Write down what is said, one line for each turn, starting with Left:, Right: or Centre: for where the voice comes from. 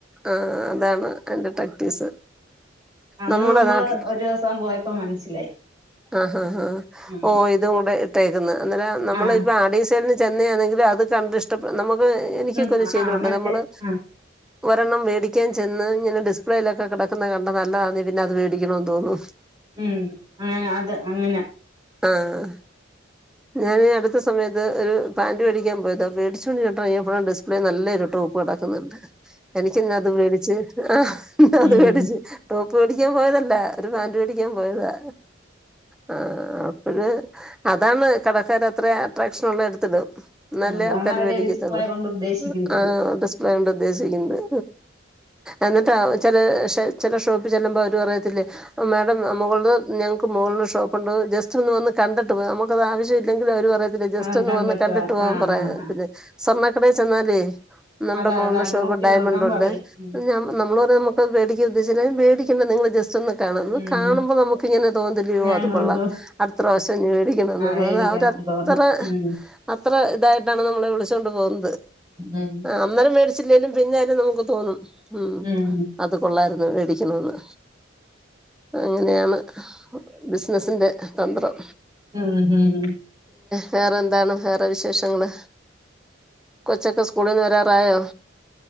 Centre: ആ അതാണ് എന്റെ ട്ടെക്റ്റീസ്
Right: അന്ന്
Centre: നമ്മുടെ
Right: നമ്മള്
Centre: നാട്ടിൽ
Right: ഒരു ദിവസം പോയപ്പോ മനസ്സിലായി
Centre: ആഹ ആ
Right: ഉം
Centre: ഓ ഇട്ടേക്ക്‌ന്നെ നമ്മള്
Right: ആഹ്
Centre: ഇപ്പോ അടീസലന് ചെന്നാണെങ്കിലും അത് കണ്ട് ഇഷ്ട എനക്ക്
Right: ഉം
Centre: ഒരു ശലുണ്ട്
Right: ആഹ് മറ്റേ
Centre: നമ്മള്
Right: ആഹ്
Centre: ഒരെണ്ണം മേടിക്കാൻ ചെന്ന് ഇങ്ങെ ഡി യിലൊക്കെ കിടക്കുന്നത് കണ്ട നല്ലതണന്ന പിന്നെ അത് മേടിക്കണന്ന് തോന്നു
Right: ഉം അങ്ങനെ അത് അങ്ങനെ
Centre: ആഹ
Right: <inaudible>
Centre: ഞാൻ അടുത്ത സമയത്ത് ഒരു പാാന്റ് മേ ടിക്കാൻ പോയത് മേടിച്ചുകൊണ്ടിട്ട ഇറങ്ങിയപ്പോഴ ഡിസ്പ്ലേ നല്ലായിരിപ്പു കിടക്കുന്നുണ്ട് എനിക്ക് അത് മേടിച്ച് ആ അത്
Right: ഉം
Centre: മേടിച്ചു ടോപ്പ് മേടിക്കാൻ പോയതല്ല ഒരു പാന്റ് മേടിക്കാൻ പോയതാ ആ അപ്പോള് അതാണ് കടക്കർ അത്ര അട്രാക്ഷൻ ഉള്ള എടുത്തിക് നല്ല
Right: അതാണ്
Centre: ആൾക്കാാര്
Right: അവര്
Centre: മേടിക്കത്തല്ലെ
Right: ഡിസ്പ്ലേ കൊണ്ട് ഉദ്ദേശിക്കുന്നത്
Centre: ആ ഡിസ്പ്ല കൊണ്ട് ഉദ്ദേശിക്കുന്നത്
Right: <inaudible>
Centre: എന്നിട്ടാ ചില ചില ഷോപ്പ് ചെല്ലുമ്പോ അവര് പറയത്തില്ലേ മാഡം മുകളഉള്ള ഞങ്ങക്ക് മ ഷോപ്പ് ഉണ്ടോന്ന് ജസ്റ്റ്ന്ന് കണ്ടിട്ട് പോവാ നമുക്കത് ആവശ്യംഇ ല്ലെങ്കിലും അവര് പറയത്തില്ല ജസ്റ്റ്
Right: ആഹ്
Centre: ഒന്ന് വന്ന് കണ്ടിട്ട്
Right: വാ
Centre: പോവാൻ
Right: ആഹ്
Centre: പറയാം
Right: ആഹ് ആഹ്
Centre: പിന്നെ സ്വണ്ണ എ ചെന്നാലേ നമ്മുടെ
Right: അതാ
Centre: മുകളിലുടെ
Right: അതാ
Centre: ഷോപ്പ്
Right: നോക്കി
Centre: ഡയമണ്ട്
Right: നോക്കാൻ
Centre: ഉണ്ട്
Right: പറയും ഉം
Centre: നമ്മള് പറ നമുക്ക്മേടിക്ക ഉദ്ദേശിച്ചേത് നിങ്ങള് ജസ്റ്റ് ഒന്ന് കാണുന്നു
Right: ഉം
Centre: കാണുമ്പോ നമുക്ക് ഇങ്ങനെ <unintelligible>
Right: വേണോന്ന്
Centre: അത് കൊൊള്ളാം അത്ര വശം മേടിക്കണം
Right: ആഹ്
Centre: തോന്നുന്നത്
Right: മേടിക്കണം
Centre: അവരത്ര
Right: തോന്നും ഉം
Centre: അത്ര ഇതായിട്ടാണ് നമ്മളെ വിളിച്ചൊണ്ട് പോകുന്നത്
Right: ഉം
Centre: അന്നേരം മേ പിന്നാലും നമുക്ക് തോന്നും ഉ
Right: ഉം
Centre: അത് കൊള്ളാരുന്നു മേടിക്കണെന്ന് അങ്ങനെയാണ് ബിസിനസി്റെ താത്വമ്
Right: ഉം ഹം
Centre: വേറെ എന്താണ് വേറെ വിശേഷങ്ങള് കൊച്ചക്കെ സ്കൂളിൽന്ന് വരാറായോ